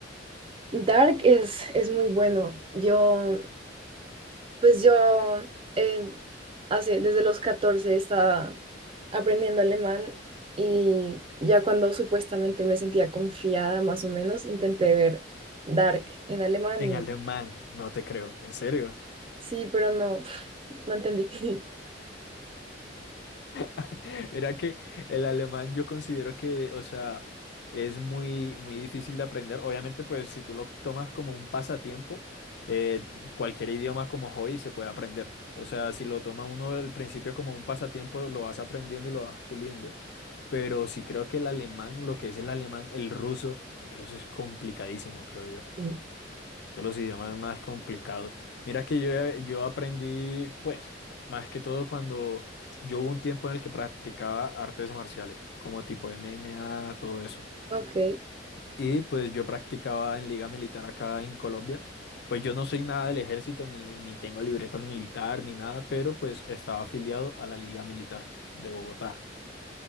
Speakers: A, on the right (about 30°); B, on the left (about 60°).
A: Dark es, es muy bueno. Yo, pues yo, em, hace, desde los 14 estaba aprendiendo alemán y ya cuando supuestamente me sentía confiada más o menos, intenté ver Dark en alemán
B: En
A: y
B: alemán, no te creo, en serio.
A: sí, pero no, <laughs> no entendí. <laughs>
B: <laughs> Mira que el alemán yo considero que, o sea, es muy, muy difícil de aprender. Obviamente, pues si tú lo tomas como un pasatiempo, eh, cualquier idioma como hobby se puede aprender. O sea, si lo toma uno al principio como un pasatiempo, lo vas aprendiendo y lo vas puliendo. Pero sí creo que el alemán, lo que es el alemán, el ruso, el ruso es complicadísimo, creo yo
A: Y,
B: de los idiomas más complicados. Mira que yo, eh, yo aprendí, pues, más que todo cuando yo hubo un tiempo en el que practicaba artes marciales, como tipo MMA, todo eso.
A: Ok,
B: Y pues yo practicaba en liga militar acá en Colombia. Pues yo no soy nada del ejército, ni, ni tengo libreta ni militar, ni nada, pero pues estaba afiliado a la liga militar de Bogotá.